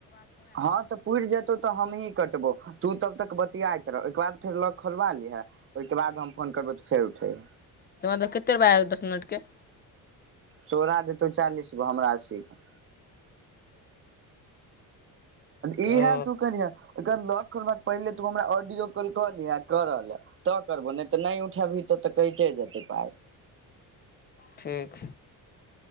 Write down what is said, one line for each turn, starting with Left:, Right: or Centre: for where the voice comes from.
Right: हँ तऽ पुरि जतौ तऽ हमही कटबो तू तब तक बतियाइत रह एक बाद फेर लॉक खोलबा लीहे ओहिके बाद हम फोन करबै तऽ फेर उठैहइ
Left: त कतेपाय आय दस मिनट के
Right: तोरा देतौ चालीस गो हमरा अस्सी गो इहे
Left: ओ
Right: तू करीह ओइके बाद लौक पहिले तू हमरा ऑडियो कॉल कऽ लीहें कर ले तऽ करबो नहि तऽ नहि उठेबी तऽ तऽ कटियो जेतै पाय
Left: ठीक